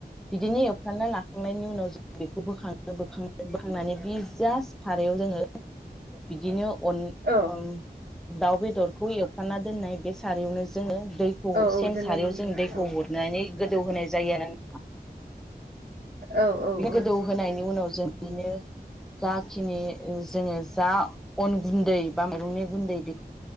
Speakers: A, in the centre; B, on the right.
A: बिदिनो एवफ्रांना लाखांनायनि उनाव बेखौ बोखाङो बोखां बोखांनानै बि जास्ट सारायाव जोङो बिदिनो अन
B: औ
A: अन दाउ बेदरखौ एवफ्रामना दोननाय बे सारयावनो जोङो दै
B: औ औ
A: सेम
B: दोननानै
A: सारयाव
B: दोनजाया
A: जों दैखौ
B: औ
A: हरनानै गोदौ होनोनाय जायो आरोना
B: औ औ
A: बे
B: औ
A: गोदौ होनायनि उनाव जों बिनो जाखिनि जोङो जा अन गुन्दै बा मैरंनि गुन्दै बे